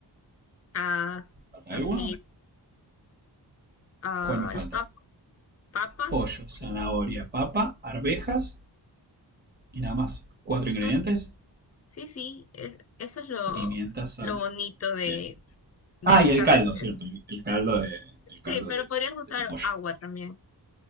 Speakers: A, on the left; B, on the right.
A: ah,
B: ¿Me falta
A: ok,
B: alguno?
A: ah,
B: ¿Cuál me falta?
A: las pap- papas.
B: Pollo,
A: Sí,
B: zanahoria, papa, arvejas y nada más. Cuatro ingredientes.
A: ah, sí, sí. es- eso es lo,
B: Pimienta, sal.
A: lo bonito
B: Bien.
A: de
B: Ah,
A: esta
B: y el caldo,
A: receta.
B: cierto. El el caldo de,
A: Sí,
B: el
A: sí,
B: caldo
A: pero
B: de,
A: podrías usar
B: de pollo.
A: agua también.